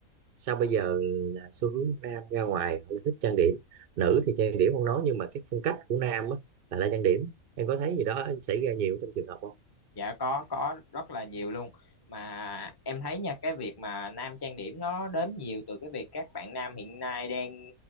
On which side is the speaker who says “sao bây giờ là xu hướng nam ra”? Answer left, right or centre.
Right